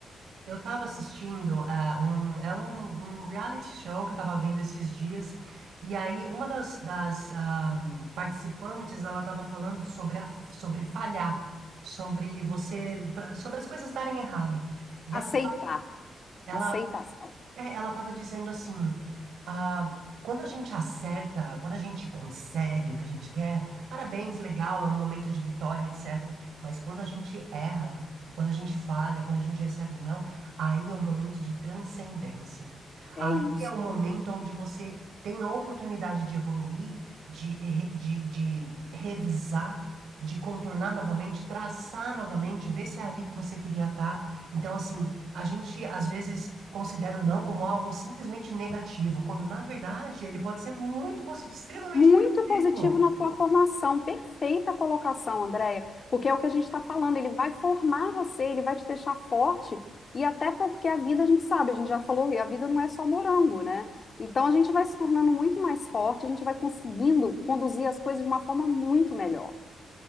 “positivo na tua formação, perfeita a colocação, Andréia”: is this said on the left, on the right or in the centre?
Left